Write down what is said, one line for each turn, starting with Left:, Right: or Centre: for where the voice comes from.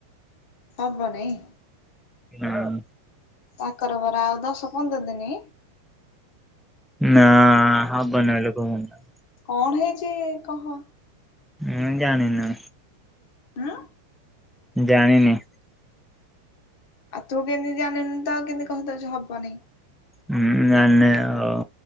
Left: ହବ ନାଇଁ?
Centre: ହଁ।
Left: ତାଙ୍କର ପରା ଆଉ ଦଶ ପନ୍ଦର ଦିନି?
Centre: ନା-ଆ-ଆ ହବନି ବୋଲି କହୁଛନ୍ତି।
Left: କଣ ହେଇଛି କହ?
Centre: ମୁଁ ଜାଣିନୁ।
Left: ଆଁ?
Centre: ଜାଣିନି।
Left: ଆଉ ତୁ କେମିତି ଜାଣିନୁ ତ ଆଉ କେମିତି କହିଦେଉଛୁ ହବନି।
Centre: ହୁଁ ଜଣିଲେ ଆଉ